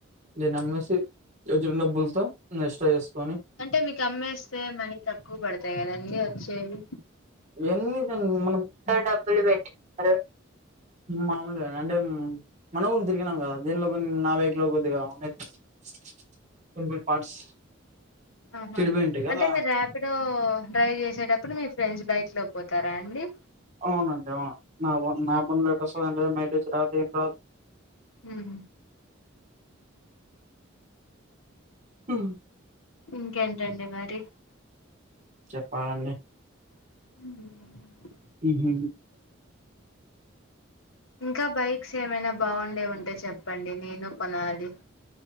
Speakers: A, on the right (about 35°); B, on the left (about 80°).
A: దీని అమ్మేసి. వచ్చిన డబ్బులతో, ఎక్స్ట్రా చేసుకొని
B: అంటే మీకు అమ్మేస్తే మనీ తక్కువ పడుత అంతే కదండి వచ్చేవి.
A: ఎన్ని మనం ఎంతో డబ్బులు పెట్టింటారు. మామూలేనండి అంటే మనం తిరిగినాము కదా దీనిలో కొన్ని నా బైకులో కొద్దిగా ఉండయి కొన్ని కొన్ని పార్ట్స్.
B: ఆహా
A: చెడిపోయి ఉంటాయి కదా
B: అంటే మీరు ర్యాపిడో డ్రైవ్ చేసేటప్పుడు మీ ఫ్రెండ్స్ బైక్ లో పోతారా అండి.
A: అవునండి అవును నా బుల్లెట్ వస్తదండి. మైలేజ్ రాదు ఏం రాదు.
B: ఉం
A: ఆ
B: ఇంకేంటండి మరి.
A: చెప్పాలండి.
B: ఉమ్
A: ఉహు
B: ఇంకా బయట బైక్స్ ఏమైనా బాగుండే ఉంటే చెప్పండి నేను కొనాలి.